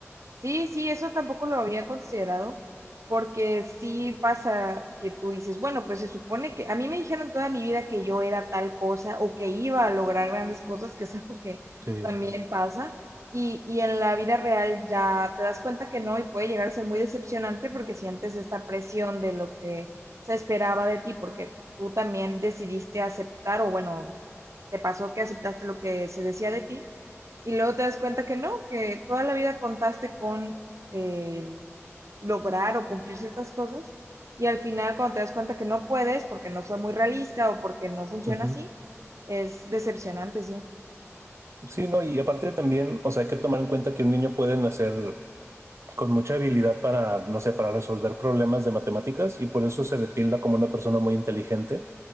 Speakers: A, on the right; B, on the right.
A: Sí, sí, eso tampoco lo había considerado, porque sí pasa que tú dices, bueno, pues se supone que a mí me dijeron toda mi vida que yo era tal cosa o que iba a lograr grandes cosas, que es <laughs> algo que
B: Sí.
A: también pasa, y, y en la vida real ya te das cuenta que no y puede llegar a ser muy decepcionante porque sientes esta presión de lo que se esperaba de ti, porque tú también decidiste aceptar o bueno, te pasó que aceptaste lo que se decía de ti y luego te das cuenta que no, que toda la vida contaste con eh, lograr o cumplir ciertas cosas y al final cuando te das cuenta que no puedes porque no fue muy realista o porque no funciona
B: Ujú.
A: así, es decepcionante, sí.
B: Sí, no, y aparte también, o sea, hay que tomar en cuenta que un niño puede nacer con mucha habilidad para, no sé, para resolver problemas de matemáticas y por eso se le tilda como una persona muy inteligente,